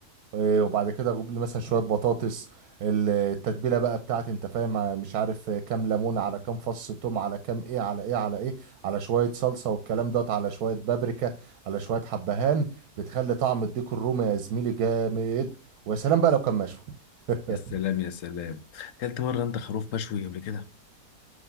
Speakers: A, on the right; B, on the left.
A: إيه، وبعد كده اجيب لي مثلا شويه بطاطس ال- التتبيله بقى بتاعتي انت فاهم آه، مش عارف آه، كام ليمون على كام فص ثوم على كام ايه على ايه على ايه على شويه صلصه والكلام دوت على شويه بابريكا على شويه حبهان بتخلي طعم الديك الرومي يا زميلي جامد ويا سلام بقى لو كان مشوي <laughs>
B: يا سلام يا سلام اكلت مره انت خروف مشوي قبل كده